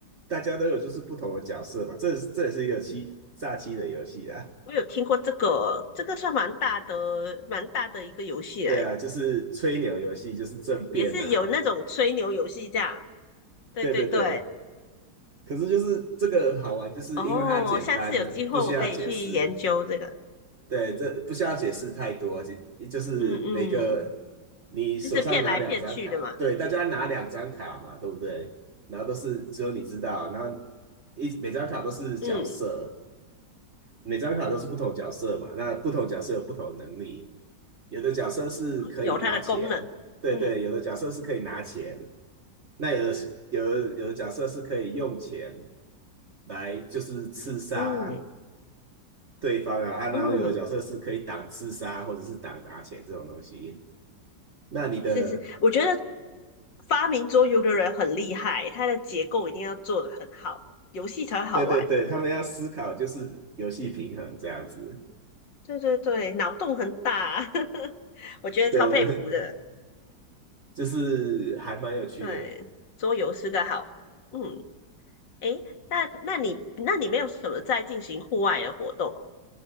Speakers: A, on the right (about 40°); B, on the left (about 80°).
A: 大家都有就是不同的角色嘛，这这也是一个欺炸欺的游戏啦。
B: 我有听过这个，这个算蛮大的，蛮大的一个游戏来的，
A: 对啊，就是吹牛游戏，就是政变啊。
B: 也是有那种吹牛游戏这样。对对对，
A: 对对对，可是就是这个好玩，就是因为它简单，
B: 哦，下次有机会我可以去研究这个。
A: 不需要解释。对，这不需要解释太多，就就是每个
B: 嗯嗯，
A: 你手上拿两张卡，
B: 就是骗来骗去的嘛。
A: 对，大家拿两张卡嘛，对不对？然后都是只有你知道，然后一每张卡都是角色，
B: 嗯，
A: 每张卡都是不同角色嘛，那不同角色有不同的能力，有的角色是可以拿钱，
B: 有它的功能。
A: 对对，
B: 嗯
A: 有的角色是可以拿钱，那有的是有的有的角色是可以用钱来就是刺杀
B: 嗯
A: 对方啊，啊，
B: 嗯。
A: 然后有的角色是可以挡刺杀或者是挡拿钱这种东西。那你的
B: 是是，我觉得发明桌游的人很厉害，它的结构一定要做得很好，游戏才会好玩。
A: 对对对，他们要思考就是游戏平衡这样子，
B: 对对对，脑洞很大，<laughs> 我觉得超佩服的。
A: 对，<laughs> 就是还蛮有趣的。
B: 对，桌游是个好，嗯，诶，那那你那你没有什么在进行户外的活动？